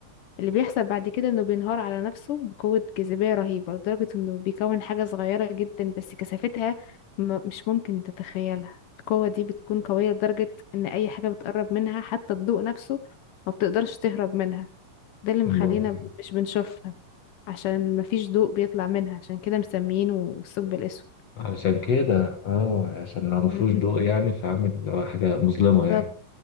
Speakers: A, on the left; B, on the left.
A: اللي بيحصل بعد كده إنه بينهار على نفسه بقوة جاذبية رهيبة لدرجة إنه بيكون حاجة صغيرة جدا بس كثافتها م- مش ممكن تتخيلها القوة دي بتكون قوية لدرجة إن أي حاجة بتقرب منها حتى الضوء نفسه ما بتقدرش تهرب منها ده اللي مخلينا
B: الم...
A: مش بنشوفها عشان مفيش ضوء بيطلع منها عشان كده مسميينه الثقب الأسود
B: علشان كده اه عشان لو مفهوش
A: امم
B: ضوء يعني فعامل حاجة مظلمة
A: بالظبط
B: يعني